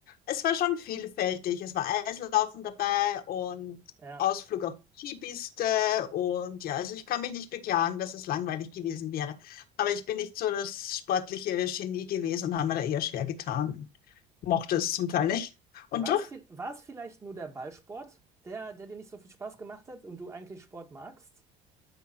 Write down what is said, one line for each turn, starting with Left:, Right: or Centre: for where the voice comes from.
Left: es war schon vielfältig. Es war Eislaufen dabei und
Right: Ja.
Left: Ausflug auf die Skipiste und ja, also ich kann mich nicht beklagen, dass es langweilig gewesen wäre. Aber ich bin nicht so das sportliche Genie gewesen und habe mir da eher schwer getan. Mochte es zum Teil nicht. Und
Right: War
Left: du?
Right: es, vi- war es vielleicht nur der Ballsport, der, der dir nicht so viel Spaß gemacht hat und du eigentlich Sport magst?